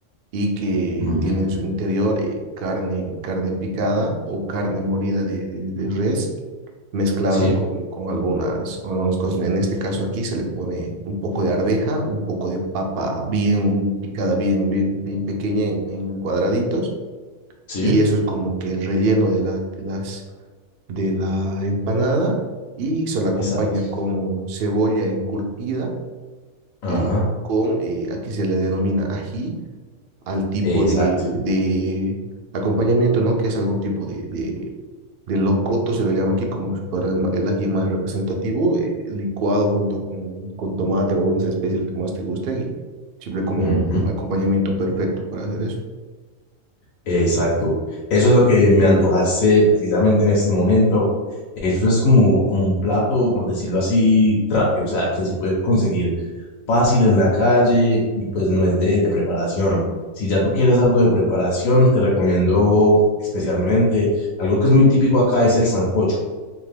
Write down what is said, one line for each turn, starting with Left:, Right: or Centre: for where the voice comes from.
Right: y que
Left: ujú,
Right: tiene en su interior eh, carne, carne picada o carne molida de, de- de res. mezclada
Left: Sí,
Right: con, con algunas, con algunas cosas. En este caso aquí se le pone un poco de arveja, un poco de papa bien picada, bien, bien, bien pequeña en en cuadraditos,
Left: sí,
Right: y eso es como que el relleno de, la- de las de la empanada y se la acompaña
Left: exacto.
Right: con cebolla encurtida
Left: Ajá,
Right: y con, eh, aquí se le denomina ají, al tipo
Left: exacto.
Right: de, de acompañamiento, ¿no? Que es algún tipo de, de, de locoto, se lo llaman aquí como si fuera el, ma- el ají más representativo, eh, licuado junto con, con tomate o algunas especies que más te gusten y siempre como
Left: ujú,
Right: un acompañamiento perfecto para hacer eso.
Left: Exacto. Eso es lo que me antojaste precisamente en este momento. Eso es como, como un plato, por decirlo así, rápido, o sea, que se puede conseguir fácil en la calle y pues no es de, de preparación. Si ya tú quieres algo de preparación, te recomiendo especialmente algo que es muy típico acá, es el sancocho.